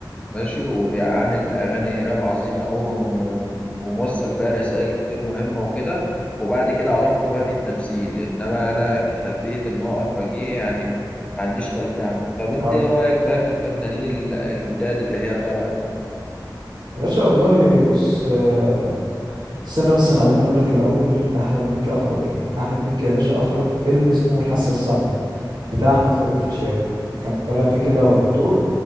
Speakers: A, on the left; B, on the right.
A: ماشي وبيعمل أغاني راب عظيمة أوي وم- وم- وموصل فيها رسائل كتير مهمة وكده وبعد كده عرفته بقى في التمثيل إنما أنا كخلفية إن هو أخرجي يعني ما عنديش خلفية عنه طب أنت
B: اه
A: إيه رأيك بقى في الفنانين ال- الجداد اللي هي طلعت دي؟
B: يا باشا والله بص آه، استنى بس خليني اقول لك الاول احمد مكي اخرج ايه احمد مكي يا باشا اخرج فيلم اسمه الحاسه السابعه بتاع احمد فاروق الفيشاوي كان طالع فيه كده
A: مم.
B: بدور